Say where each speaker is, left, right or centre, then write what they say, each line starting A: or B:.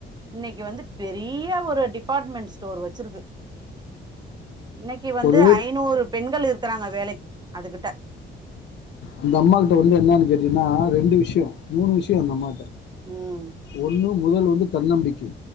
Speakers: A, on the right; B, on the left.
A: இன்னக்கி வந்து பெரிய ஒரு டிபார்ட்மெண்ட்ஸ் டோர் வச்சிருக்கு இன்னக்கி வந்து
B: ஒரு
A: ஐநூறு பெண்கள் இரு க்கறாங்க வேலைக் அதுக்கிட்ட
B: அந்த அம்மா கிட்ட வந்து என்னானு கேட்டீங்கனா ரெண்டு விஷ்யொ மூணு விஷ்யொ அந்த அம்மா
A: ம்
B: ஒன்னு முதல் வந்து தன்னம்பிக்கை